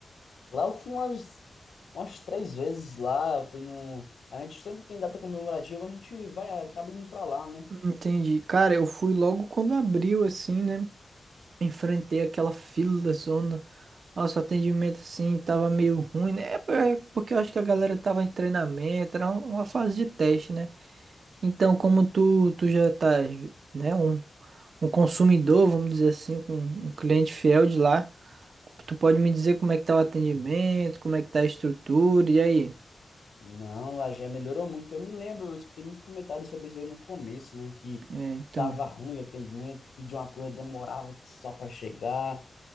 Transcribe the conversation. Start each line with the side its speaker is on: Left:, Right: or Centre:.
Left: Lá eu fui umas, umas três vezes lá. Eu fui no... A gente sempre quem data comemorativa, a gente vai, acaba indo pra lá, né?
Right: Entendi. Cara, eu fui logo quando abriu, assim, né? Enfrentei aquela fila da zona. Nossa, o atendimento, assim, tava meio ruim, né? É por- é porque eu acho que a galera tava em treinamento, era um, uma fase de teste, né? Então, como tu, tu já tá, né, um, um consumidor, vamos dizer assim, um, um cliente fiel de lá, Tu pode me dizer como é que tá o atendimento, como é que tá a estrutura, e aí?
Left: Não, lá já melhorou muito. Eu me lembro, eu escutei muito comentário sobre isso daí no começo, né? Que
Right: É, então.
Left: tava ruim o atendimento, pedia uma coisa, demorava só para chegar.